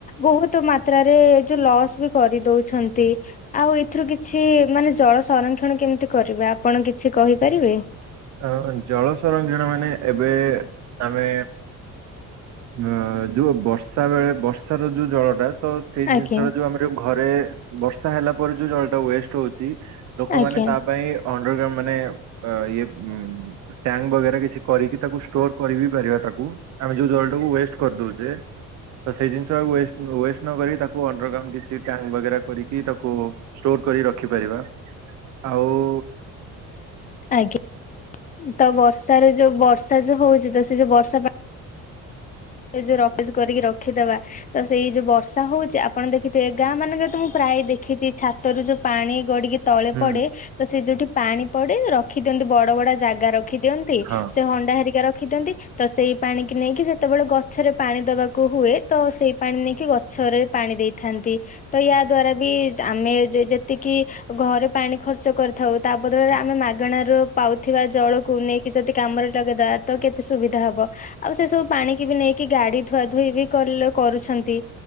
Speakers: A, on the left; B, on the right.
A: ବହୁତ୍ ମାତ୍ରାରେ ଏ ଯଉ ଲସ୍ ବି କରିଦଉଛନ୍ତି। ଆଉ ଏଥିରୁ କିଛି ମାନେ ଜଳ ସଂରକ୍ଷଣ କେମିତି କରିବେ ଆପଣ କିଛି କହିପାରିବେ?
B: ଅ ଜଳ ସଂରକ୍ଷଣ ମାନେ ଏବେ ଆମେ ଅ ଯୋଉ ବର୍ଷା ବେଳେ ବର୍ଷ ର ଯୋଉ ଜଳଟା। ତ ସେଇ ଜିନିଷଟା
A: ଆଜ୍ଞା
B: ଯଉ ଆମର ଘରେ ବର୍ଷା ହେଲା ପରେ ଯଉ ଜଳଟା ୱେଷ୍ଟ ହଉଚି ଲୋକମାନେ
A: ଆଜ୍ଞା
B: ତା ପାଇଁ ଅଣ୍ଡ୍ରଗ୍ରାଉଣ୍ଡ ମାନେ ଅ ଇଏ ହଁ ଟ୍ୟାଙ୍କ ବଗେରା କିଛି କରିକି ତାକୁ ଷ୍ଟୋର କରିବି ପାରିବା ତାକୁ ଆମେ ଯୋଉ ଜଳ ଟାକୁ ୱେଷ୍ଟ କରିଦଉଚେ ତ ସେଇ ଜିନିଷ ଟାକୁ ୱେଷ୍ଟ ୱେଷ୍ଟ ନକରିକି ତାକୁ ଅଣ୍ଡରଗ୍ରାଉଣ୍ଡ କିଛି ଟ୍ୟାଙ୍କ ବଗେରା କରିକି ତାକୁ ଷ୍ଟୋର କରିକି ରଖିପାରିବା ଆଉ
A: ଆଜ୍ଞା ତ ବର୍ଷାରେ ଯଉ ବର୍ଷା ଯଉ ହଉଚି ତ ସେ ଯଉ ବର୍ଷା ପା ଏ ଯଉ ରକେଜ କରିକି ରଖିଦବା ତ ସେଇ ଯୋଉ ବର୍ଷା ହଉଛି ଆପଣ ଦେଖିଥିବେ ଗାଁ ମାନଙ୍କରେ ତ ମୁଁ ପ୍ରାୟ ଦେଖିଛି ଛାତରୁ ଯୋଉ ପାଣି ଗଡିକି ତଳେ
B: ହୁଁ
A: ପଡେ ତ ସେ ଯଉଠି ପାଣି ପଡେ ରଖି ଦିଅନ୍ତି ବଡ ବଡ ଜାଗା ର ରଖି ଦିଅନ୍ତି
B: ହଁ
A: ସେ ହଣ୍ଡା ହରିକା ରଖି ଦିଅନ୍ତି ତ ସେଇ ପାଣି କି ନେଇକି ଯେତେବେଳେ ଗଛରେ ପାଣି ଦବାକୁ ହୁଏ ତ ସେଇ ପାଣି ନେଇକି ଗଛରେ ପାଣି ଦେଇଥାନ୍ତି। ତ ୟା ଦ୍ଵାରା ବି ଆମେ ଯେ ଯେତିକି ଘରେ ପାଣି ଖର୍ଚ୍ଚ କରିଥାଉ ତା ବଦଳରେ ଆମେ ମାଗଣାରୁ ପାଉଥିବା ଜଳକୁ ନେଇକି ଯଦି କାମରେ ଲଗେଇଦେବା ତ କେତେ ସୁବିଧା ହେବ। ଆଉ ସେ ସବୁ ପାଣିକି ବି ନେଇକି ଗାଡି ଧୁଆ ଧୁଇ ବି କଲ କରୁଛନ୍ତି।